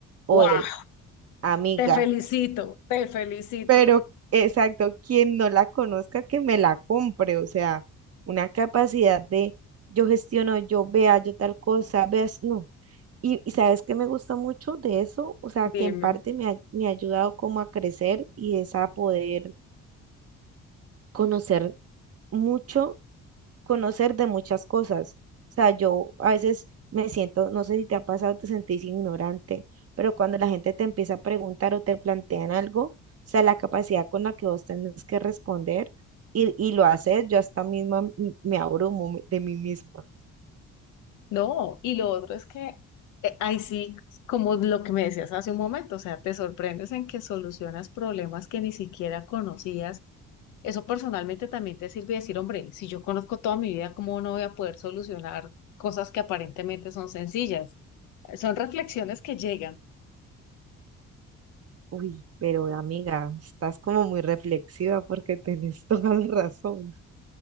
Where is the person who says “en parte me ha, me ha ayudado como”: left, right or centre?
Right